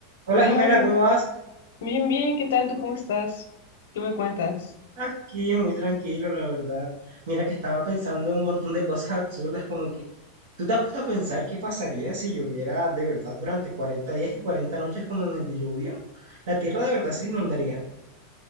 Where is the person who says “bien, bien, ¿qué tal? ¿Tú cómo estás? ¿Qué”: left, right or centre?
Left